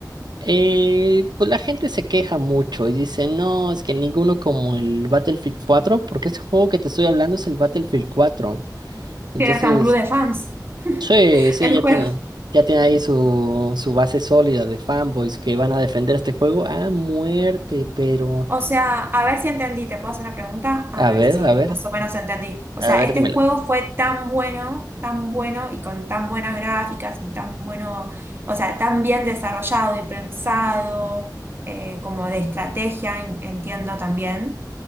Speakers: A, on the right; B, on the right.
A: Eh, pues la gente se queja mucho y dice, no, es que ninguno como el Battlefield cuatro porque ese juego que te estoy hablando es el Battlefield cuatro Entonces,
B: Tiene hasta un club de fans
A: sí,
B: <laughs>
A: sí,
B: el
A: ya
B: juego.
A: tiene, ya tiene ahí su, su base sólida de fanboys que van a defender este juego a muerte, pero
B: O sea, a ver si entendí, te puedo hacer una pregunta, a
A: a
B: ver
A: ver,
B: si
A: a ver,
B: más o menos entendí. O
A: a
B: sea,
A: ver,
B: este
A: dímela.
B: juego fue tan bueno, tan bueno y con tan buenas gráficas y tan bueno, o sea, tan bien desarrollado y pensado, eh, como de estrategia, en- entiendo también